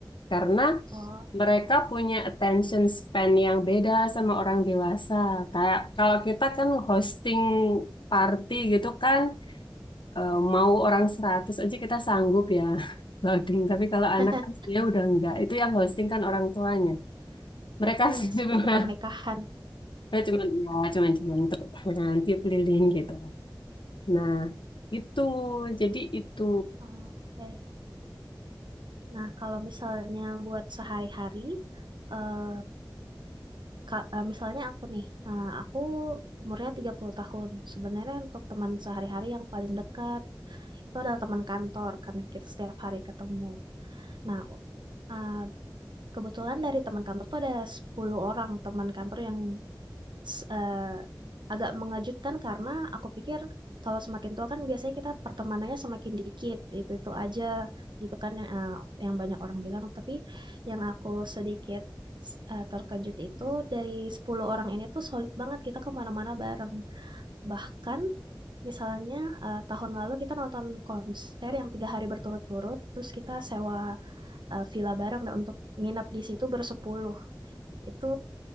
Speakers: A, on the left; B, on the right.
A: Karena
B: oh.
A: mereka punya attention span yang beda sama orang dewasa. Kayak kalau kita kan hosting party gitu kan eh, mau orang 100 aja kita sanggup ya <laughs> loading. Tapi kalau anak
B: <laughs>
A: kan dia udah enggak. Itu yang hosting kan orang tuanya. Mereka
B: Iya,
A: <laughs> sih
B: seperti
A: memang
B: pernikahan.
A: ya cuman ya cuman cuman tepuk tangan, tiup lilin gitu. Nah, itu jadi itu
B: Oh, Oke. Nah, kalau misalnya buat sehari-hari, eh, ka- eh, misalnya aku nih, eh, aku umurnya 30 tahun. Sebenarnya untuk teman sehari-hari yang paling dekat itu adalah teman kantor karena kita setiap hari ketemu. Nah, eh, kebetulan dari teman kantor tuh ada 10 orang teman kantor yang s- eh, agak mengejutkan karena aku pikir kalau semakin tua kan biasanya kita pertemanannya semakin dikit itu itu aja gitu kan yang, eh, yang banyak orang bilang tapi yang aku sedikit s- eh, terkejut itu dari 10 orang ini tuh solid banget kita kemana-mana bareng bahkan misalnya eh, tahun lalu kita nonton konser yang tiga hari berturut-turut terus kita sewa eh, villa bareng dan untuk nginap di situ bersepuluh. Itu